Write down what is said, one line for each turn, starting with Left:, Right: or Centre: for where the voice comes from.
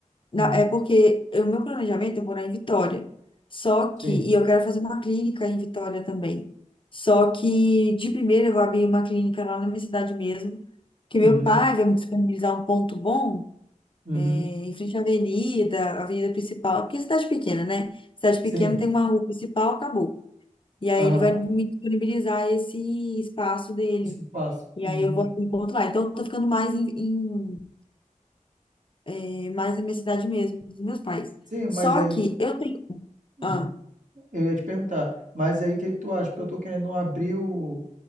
Left: na-
Right: uhum,
Left: é porque o meu planejamento é morar em Vitória. Só que,
Right: sim,
Left: e eu quero fazer uma clínica em Vitória também. Só que, de primeira, eu vou abrir uma clínica lá na minha cidade mesmo. Que
Right: uhum,
Left: meu pai vai me disponibilizar um ponto bom,
Right: uhum,
Left: é, em frente à avenida, a avenida principal. Porque é cidade pequena, né? Cidade
Right: sim,
Left: pequena tem uma rua principal, acabou. E aí
Right: aham,
Left: ele vai me disponibilizar esse espaço dele.
Right: isso eu faço.
Left: E
Right: Uhum.
Left: aí eu vou abrir um ponto lá. Então, eu tô ficando mais em, é mais da minha cidade mesmo, dos meus pais.
Right: Sim, mas
Left: Só
Right: aí,
Left: que eu tenho.
Right: uhum,
Left: Ah,
Right: eu ia te perguntar, mas aí o que que tu acha? Porque eu tô querendo abrir o,